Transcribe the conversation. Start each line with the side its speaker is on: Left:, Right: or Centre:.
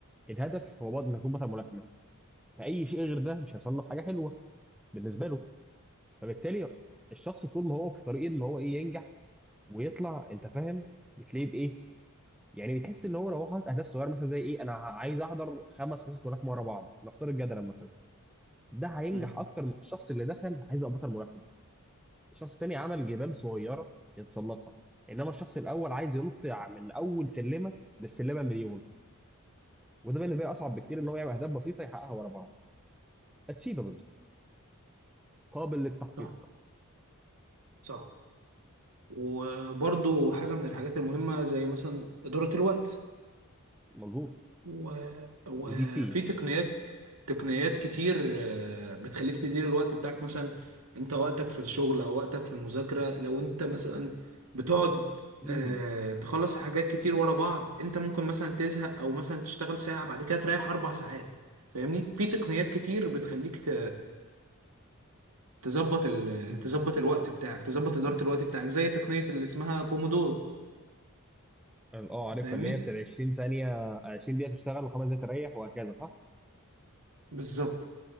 Centre: الهدف هو بطل انك تكون بطل ملاكمه فاي شيء غير ده مش هيصنف حاجه حلوه بالنسبه له فبالتالي الشخص طول ما هو في طريق ان هو ايه ينجح ويطلع انت فاهم بتلاقيه بايه يعني بتحس ان هو لو هو حاطط اهداف صغيره مثلا زي ايه انا عايز احضر خمس حصص ملاكمه ورا بعض نفترض جدلا مثلا ده هينجح
Right: مم.
Centre: اكتر من الشخص اللي دخل عايز ابطل الملاكمه الشخص التاني عمل جبال صغيره يتسلقها انما الشخص الاول عايز ينط من اول سلمه للسلمه مليون وده بالنسبه لي اصعب بكتير ان هو يعمل اهداف بسيطه يحققها ورا بعض اتشيفبل قابل للتحقيق
Right: صح صح وبرضو حاجة من الحاجات المهمة زي مثلا إدارة الوقت
Centre: مظبوط
Right: و... وفي
Centre: ودي تي
Right: تقنيات تقنيات كتير آه، بتخليك تدير الوقت بتاعك مثلا انت وقتك في الشغل او وقتك في المذاكرة لو انت مثلا بتقعد
Centre: <laughs>
Right: آه، تخلص حاجات كتير ورا بعض انت ممكن مثلا تزهق او مثلا تشتغل ساعة بعد كده تريح اربع ساعات فاهمني في تقنيات كتير بتخليك ت... تظبط ال...
Centre: <clears throat>
Right: تظبط الوقت بتاعك تظبط إدارة الوقت بتاعك زي تقنية اللي اسمها بومودورو
Centre: اه عارفها
Right: فاهمني
Centre: اللي هي بتاعت 20 ثانيه 20 دقيقه تشتغل وخمس دقائق تريح وهكذا صح
Right: بالظبط